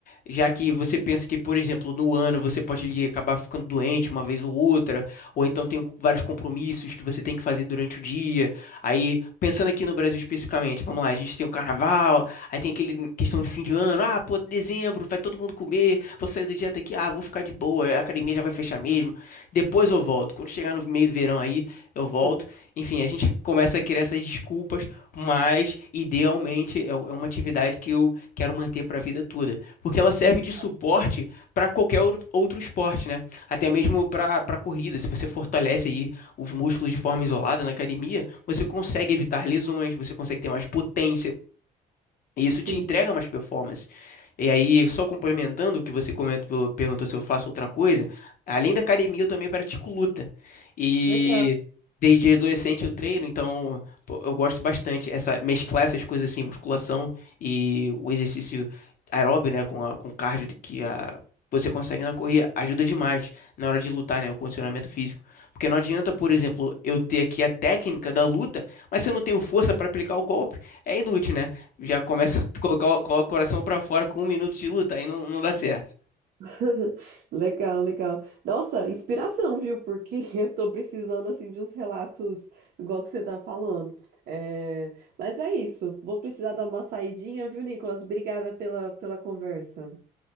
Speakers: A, on the left; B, on the right.
A: já que você pensa que, por exemplo, no ano você pode ali acabar ficando doente uma vez ou outra, ou então tem vários compromissos que você tem que fazer durante o dia. Aí, pensando aqui no Brasil especificamente, vamos lá, a gente tem o carnaval, aí tem aquele questão de fim de ano, ah, pô, dezembro, vai todo mundo comer, vou sair da dieta aqui, ah, vou ficar de boa, a academia já vai fechar mesmo. Depois eu volto. Quando chegar no meio do verão aí, eu volto.
B: Hum,
A: Enfim, a gente começa a criar essas desculpas, mas idealmente é u- é uma atividade que eu quero manter para a vida toda, porque ela serve
B: Le-
A: de suporte para qualquer ou- outro esporte, né? Até mesmo para para corrida. Se você fortalece aí os músculos de forma isolada na academia, você consegue evitar lesões, você consegue ter mais potência. E isso
B: Sim.
A: te entrega mais performance. E aí, só complementando o que você comentou, perguntou se eu faço outra coisa, além da academia, eu também pratico luta. E
B: le-
A: desde adolescente eu treino, então pô, eu gosto bastante essa mesclar essas coisas assim, musculação e o exercício aeróbio, né, com a, com o cardio que a Você consegue na corrida, ajuda demais na hora de lutar, né? O condicionamento físico. Porque não adianta, por exemplo, eu ter aqui a técnica da luta, mas se eu não tenho força para aplicar o golpe, é inútil, né? Já começa a colocar, o- coloca o coração pra fora com um minuto de luta, aí não, não dá certo.
B: <laughs> Legal, legal. Nossa, inspiração, viu? Porque <laughs> eu tô precisando, assim, de uns relatos igual que você tá falando. É, Mas é isso. Vou precisar dar uma saidinha, viu, Nicolas? Obrigada pela, pela conversa.